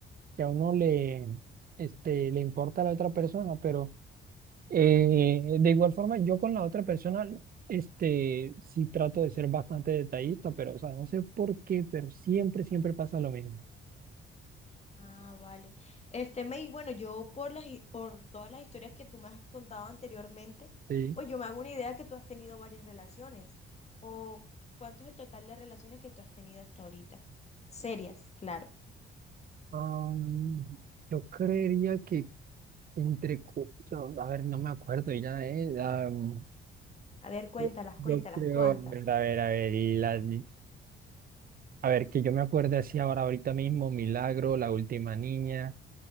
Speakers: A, on the right; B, on the left.
A: que a uno le, este, le importa a la otra persona, pero. Eh, de igual forma, yo con la otra persona, este, sí trato de ser bastante detallista, pero, o sea, no sé por qué, pero siempre, siempre pasa lo mismo.
B: Ah, vale. Este, May, bueno, yo por las, hi- por todas las historias que tú me has contado anteriormente,
A: Sí.
B: pues yo me hago una idea que tú has tenido varias relaciones. O cuánto es el total de relaciones que tú has tenido hasta ahorita. Serias, claro.
A: Am, yo creería que entre, cu- yo- a ver, no me acuerdo ya, eh, am,
B: A ver, cuéntalas,
A: yo, yo
B: cuéntalas,
A: creo,
B: ¿cuántas?
A: a ver, a ver, a ver, y la- a ver, que yo me acuerde así ahora, ahorita mismo, Milagro, La Última Niña,